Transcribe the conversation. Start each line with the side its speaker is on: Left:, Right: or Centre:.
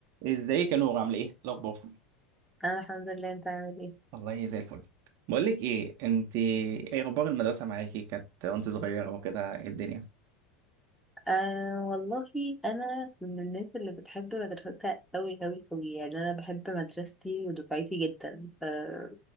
Right: ازيك يا نور عامله ايه الاخبار
Centre: انا الحمد لله انت عامل ايه
Right: والله زي الفل بقول لك ايه انت ايه اخبار المدرسه معاكي كانت وانت صغيره وكده ايه الدنيه
Centre: آه والله انا من الناس اللي بتحب مدرستها قوي قوي قوي يعني انا بحب مدرستي ودفعتي جدا آه